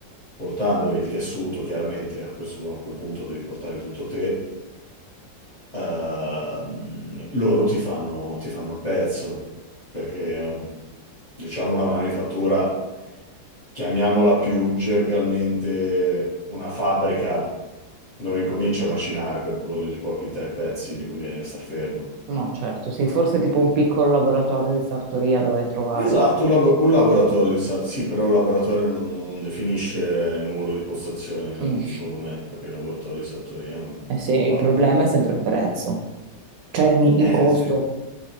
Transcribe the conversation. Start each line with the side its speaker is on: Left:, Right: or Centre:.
Left: portandogli il tessuto, chiaramente a questo, a quel punto devi portare tutto te, ehm, loro ti fanno, ti fanno il pezzo, perché ehm, diciamo una manifattura chiamiamola più gergalmente una fabbrica, non incomincia a macinare per produrre pochi te pezzi, gli conviene star fermo.
Right: no, certo, sì, forse tipo un piccolo laboratorio di sartoria dove trovare.
Left: Esatto, un, labo- un laboratorio di sa- sì, però il laboratorio non, non- non definisce il numero di postazioni,
Right: Mm.
Left: secondo me, perché il laboratorio di sartoria è un
Right: Eh sì,
Left: po'
Right: il
Left: vago.
Right: problema è sempre il prezzo, cioè il, mi-
Left: Eh
Right: il costo.
Left: sì,